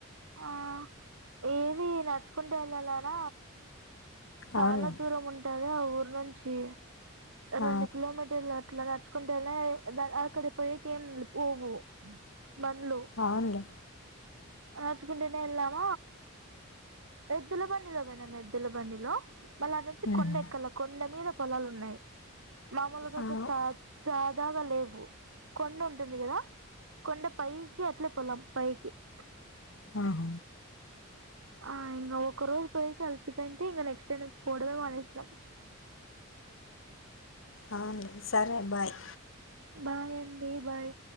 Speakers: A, on the right; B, on the left.
A: ఆ ఏది నడుచుకుంటు వెళ్ళాలాన చాలా
B: అవునులే
A: దూరం ఉంటది ఆ ఊరు నుంచి రెండు
B: ఆ,
A: కిలోమీటర్ల ఇట్ల నడుచుకుంటేనే అక్కడికి పోయేకి ఏం పోవు బండ్లు
B: అవునులే
A: నచకుంటేనేే ఎల్లామ ఎద్దుల బండిలో పోయినం ఎద్దుల బండిలో మళ్ళీ అటి నుంచి కొండ
B: ఉహు.
A: ఎక్కల కొండ మీద పొలాలు ఉన్నాయి మామూలుగా
B: అవు-
A: అట్లా సా <unintelligible> లేవు కొండ ఉంటుంది కదా కొండ పైకి అట్లే పొలం పైకి అ
B: ఆహ
A: ఆ ఇంగ ఒక రోజు పై కెల్ ఇంకా నెక్స్ట డే నుంచి పోడమే మానేసినం
B: అవును సరే బాయ్
A: బాయ్ అండి బాయ్